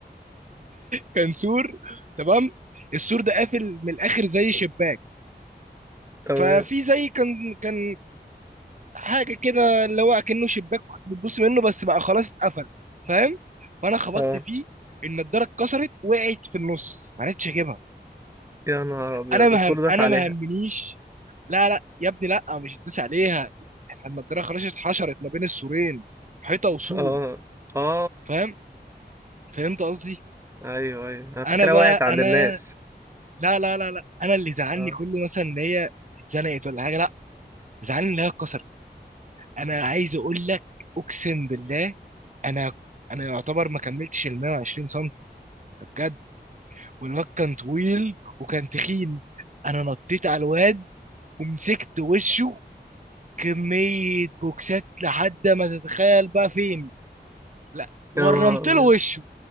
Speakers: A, on the right; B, on the right.
A: كان سور تمام السور ده قافل من الاخر زي شباك
B: تمام
A: ففي زي كان كان حاجه كده اللي هو اكنه شباك كنت بتبص منه بس بقى خلاص اتقفل فاهم فانا خبطت
B: اه
A: فيه النضاره اتكسرت وقعت في النص ما عرفتش اجيبها
B: يا نهار ابيض
A: انا مهم
B: كله داس
A: انا
B: عليها
A: ما همنيش لا لا يا ابني لا مش هتدوس عليها احنا النضاره خلاص اتحشرت ما بين السورين حيطه وسور
B: اه اه
A: فاهم فهمت قصدي
B: ايوه ايوه انا فكرة
A: انا بقى
B: وقعت عند
A: انا
B: الناس
A: لا لا لا لا انا اللي زعلني
B: اه
A: كله مثلا ان هي اتزنقت ولا حاجه لا زعلني ان هي اتكسرت انا عايز اقول لك اقسم بالله انا انا يعتبر ما كملتش ال 120 سم ده بجد والواد كان طويل وكان تخين انا نطيت على الواد ومسكت وشه كميه بوكسات لحد ما تتخيل بقى فين لا ورمت
B: يا نهار ابيض
A: له وشه